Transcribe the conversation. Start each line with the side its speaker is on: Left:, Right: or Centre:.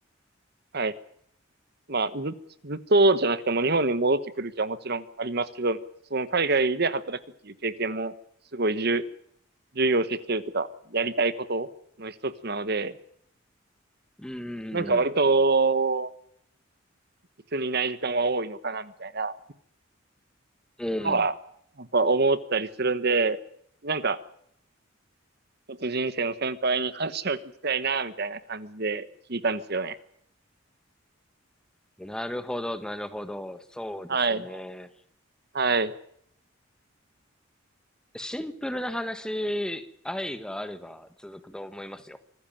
Right: はい。まあず、ずっとじゃなくても日本に戻ってくる気はもちろんありますけど、その海外で働くっていう経験もすごい重、重要視してるというか、やりたいことの一つなので、
Centre: うんうん
Right: なんか割と、一緒にいない時間は多いのかな、みたいな、
Centre: うんうん。
Right: のは、やっぱ思ったりするんで、なんか、ちょっと人生の先輩に話を聞きたいな、みたいな感じで聞いたんですよね。
Centre: うん。なるほど、なるほど。そうですね。
Right: はい。はい。
Centre: シンプルな話、愛があれば続くと思いますよ。